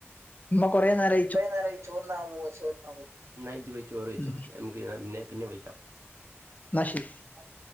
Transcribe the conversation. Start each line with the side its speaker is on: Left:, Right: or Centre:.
Left: ഇമ്മ കൊറേ നേരായ്
Right: <unintelligible> നേരായി ചോർന്നാപോവാ ചോറ്ന്നാം പോവാ ഇന്നാ ഇജ്ജ് പോയി ചോർ വൈച്ചോ
Left: ഉം
Right: നമുക്ക് ഇന്നാ പിന്നെ പിന്നെ വിളിക്കാം
Left: ന്നാ ശരി
Right: ആഹ്